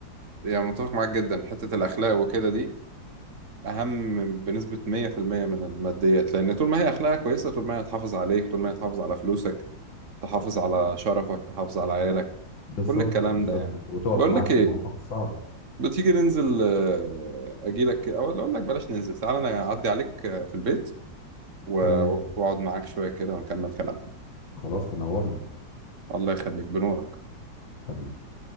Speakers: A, on the right; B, on the left.
A: يعني متفق معاك جدا حتة الأخلاق وكده دي أهم بنسبة 100% من الماديات لأن طول ما هي أخلاقها كويسة طول ما هي هتحافظ عليك طول ما هي هتحافظ على فلوسك تحافظ على شرفك تحافظ على عيالك
B: بالظبط
A: كل الكلام
B: بالظبط
A: ده يعني
B: وتقف
A: بقول
B: معاك
A: لك
B: في
A: إيه
B: المواقف الصعبه
A: بتيجي ننزل آه، أجيلك كده- أو أقول لك بلاش ننزل تعالى أنا أعدي عليك آه، في البيت و-
B: تمام
A: وأقعد معاك شوية كده ونكمل كلام
B: خلاص تنورني
A: الله يخليك بنورك
B: حبيبي